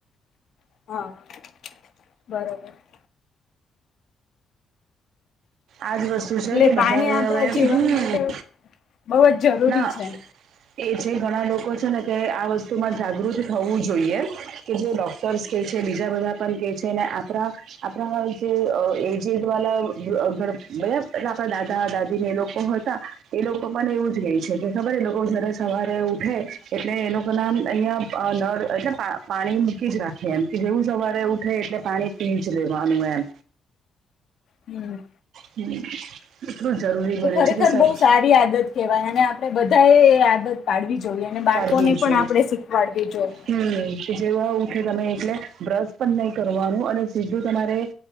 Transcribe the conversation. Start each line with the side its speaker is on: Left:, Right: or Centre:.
Left: હ ને બરોબર.
Right: આજ વસ્તુ
Left: એટલે
Right: છે કે, બધા
Left: પાણી આપણા
Right: હવે હ.
Left: જીવન માટે બહુ જ. જરૂરી
Right: ના
Left: છે.
Right: એ જે ઘણા લોકો ને કે, આ વસ્તુમાં જાગૃત થવું જોઈએ કે, જે ડોક્ટર્સ કે છે, બીજા બધા પણ કે છે ને, આપણા આપણા જે એજ બધા આપણા દાદા-દાદી ને, એ લોકો હોય. તા એ લોકો પણ એવું છે, એ ખબર એ સવારે ઉઠે એટલે એ લોકો નામ અહિયાં નર એ પા પાણી મૂકી જ રાખે, એમ કે જેવું સવારે એવું ઊઠે, એટલે પાણી પી જ લેવાનું એમ.
Left: હમ્મ
Right: હમ, એટલું જરૂરી બને
Left: એ ખરેખર
Right: છે કે સર.
Left: બહુ સારી આદત કહેવાય, અને આપડે બધાએ આદત પાડવી જોઈએ, અને બાળકોને
Right: કાઢવી
Left: પણ
Right: જોઈએ
Left: આપડે શીખવાડવી જોઈએ.
Right: હમ, કે જેવા ઉઠે તમે એટલે બ્રશ પણ નહી કરવાનું, અને સીધું તમારે